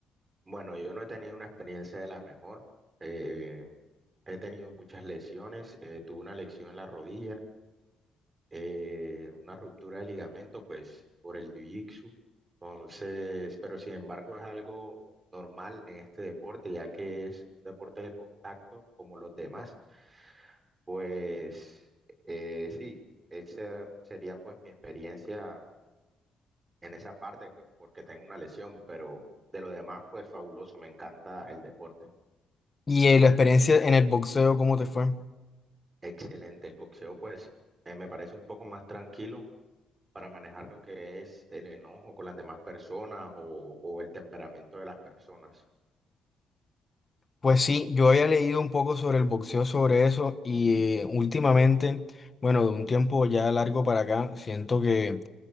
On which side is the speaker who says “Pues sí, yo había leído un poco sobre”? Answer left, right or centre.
Left